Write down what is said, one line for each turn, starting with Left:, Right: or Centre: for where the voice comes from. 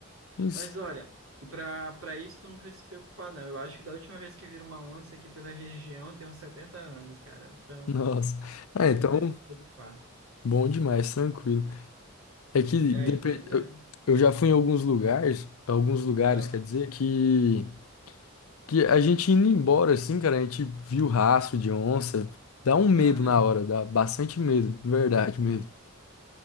Left: Isso.
Right: Mas olha, pra, pra isso tu não precisa se preocupar, não. Eu acho que da última vez que vira uma onça aqui pela região tem uns 70 anos, cara. Então,
Left: Nossa. Ah,
Right: a gente
Left: então,
Right: não precisa se preocupar.
Left: bom demais, tranquilo. É que
Right: E
Left: depe-
Right: aí, pois é.
Left: eu, eu já fui em alguns lugares, alguns lugares,
Right: Ah,
Left: quer dizer, que. Que a gente indo embora, assim, cara, a gente viu rastro de onça. Dá um medo
Right: aham.
Left: na hora, dá bastante medo, de verdade mesmo.